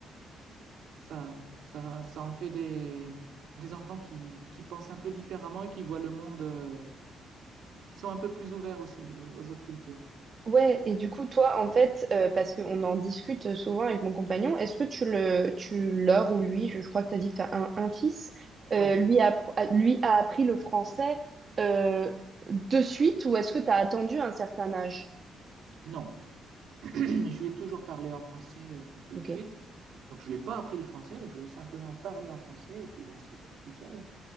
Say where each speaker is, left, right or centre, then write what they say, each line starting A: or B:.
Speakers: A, on the right; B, on the right.
A: ça, ça, ça en fait des, des enfants qui, qui pensent un peu différemment et qui voient le monde, euh, qui sont un peu plus ouverts aussi aux aux autres cultures.
B: Ouais, et du coup, toi, en fait, euh, parce qu'on en discute souvent avec mon compagnon, est-ce que tu le, tu leur ou lui, je, je crois que tu as dit que tu as un, un fils, euh,
A: Ouais,
B: lui a, appr- a- lui a appris le français euh, de suite ou est-ce que tu as attendu un certain âge?
A: non, <clears throat> <coughs> je lui ai toujours parlé en français euh, tout
B: Ok.
A: de suite. Donc je lui ai pas appris le français, je lui ai simplement parlé en français et puis bah, c'est bon tout seul.